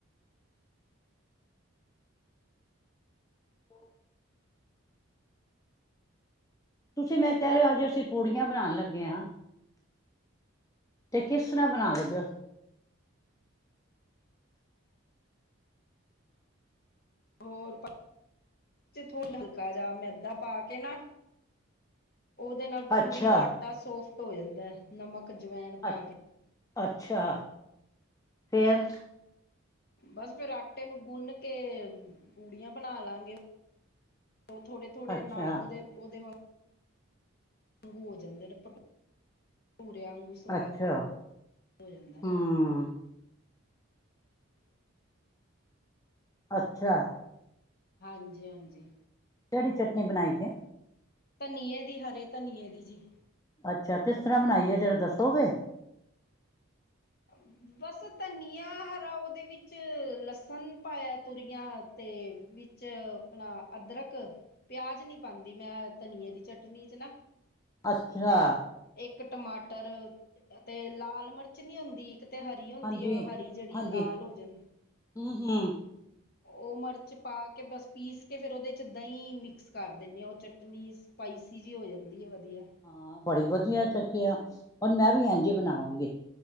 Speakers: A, on the left; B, on the left.
A: ਹੋ। ਤੁਸੀਂ ਮੈਂ ਕਹਿ ਰਹੇ ਹੋ ਅੱਜ ਅਸੀਂ ਪੂੜੀਆਂ ਬਣਾਣ ਲੱਗੇ ਹਾਂ। ਤੇ ਕਿਸ ਸਰਾ ਬਣਾਨ ਲੱਗੇ ਹੋ।
B: ਹੋਰ ਹਲਕਾ ਜਾ ਮੈਦਾ ਪਾ ਕੇ ਨਾ। ਉਹਦੇ ਨਾਲ ਪੂੜੀ
A: ਅੱਛਾ
B: ਦਾ ਆਟਾ ਸੋਫਟ ਹੋ ਜਾਂਦਾ ਹੈ। ਨਮਕ ਜਵੇਨ ਪਾ
A: ਅ
B: ਕੇ।
A: ਅੱਛਾ ਫੇਰ।
B: ਬੱਸ ਫਿਰ ਆਟੇ ਨੂੰ ਗੁੰਨ ਕੇ ਪੂੜੀਆਂ ਬਣਾ ਲਾਂਗੇ। ਉਹ ਥੋੜੇ ਥੋੜੇ
A: ਅੱਛਾ
B: ਨਾ ਉਹਦੇ ਉਹਦੇ ਵਾ ਅੰਗੂ ਹੋ ਜਾਂਦੇ ਨੇ ਭਟੂ ਭਟੂਰੇ ਆਂਗੂ। ਸਵਾਦ
A: ਅੱਛਾ
B: ਹੋ ਜਾਂਦਾ।
A: ਹੂੰ ਅੱਛਾ।
B: ਹਾਂਜੀ, ਹਾਂਜੀ।
A: ਕਿਹੜੀ ਚਟਨੀ ਬਣਾਈ ਜੇ।
B: ਧਨੀਏ ਦੀ ਹਰੇ ਧਨੀਏ ਦੀ ਜੀ।
A: ਅੱਛਾ ਕਿਸ ਤਰ੍ਹਾਂ ਬਣਾਈਏ ਜਰਾ ਦੱਸੋਗੇ।
B: ਹੂੰ ਬਸ ਧਨੀਆ ਹਰਾ ਉਹਦੇ ਵਿੱਚ ਲਸਣ ਪਾਇਆ ਤੁਰੀਆਂ ਅਤੇ ਵਿੱਚ ਚ ਆਪਣਾ ਅਦਰਕ। ਪਿਆਜ ਨਹੀਂ ਪਾਉਂਦੀ ਮੈਂ ਧਨੀਏ ਦੀ ਚਟਨੀ ਚ ਨਾ
A: ਅੱਛਾ।
B: ਇੱਕ ਟਮਾਟਰ ਤੇ ਲਾਲ ਮਿਰਚ ਨੀ ਇੱਕ ਤੇ ਹਰੀ ਹੁੰਦੀ
A: ਹਾਂਜੀ
B: ਹੈ ਉਹ ਹਰੀ ਜਿਹੜੀ
A: ਹਾਂਜੀ
B: ਲਾਲ ਹੋ ਜਨ।
A: ਹੂੰ ਹੂੰ
B: ਉਹ ਮਿਰਚ ਪਾ ਕੇ ਬਸ ਪੀਸ ਕੇ ਫਿਰ ਉਹਦੇ 'ਚ ਦਹੀਂ ਮਿਕਸ ਕਰ ਦਿੰਦੇ ਉਹ ਚਟਨੀਸ। ਸਪਾਈਸੀ ਜਿਹੀ ਹੋ ਜਾਂਦੀ ਹੈ, ਵਧੀਆ।
A: ਹਾਂ ਬੜੀ ਵਧੀਆ ਚੱਕਿਆ। ਹੁਣ ਮੈਂ ਵੀ
B: ਹਾਂ
A: ਇੰਜ ਬਣਾਵਾਂਗੇ